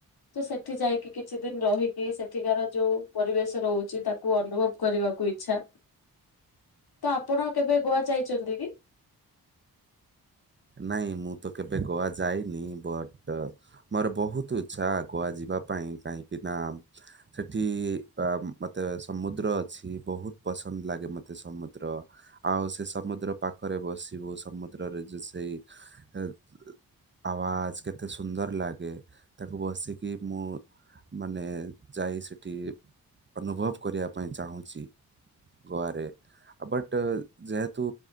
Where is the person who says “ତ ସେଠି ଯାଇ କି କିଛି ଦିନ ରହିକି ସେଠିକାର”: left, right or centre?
Left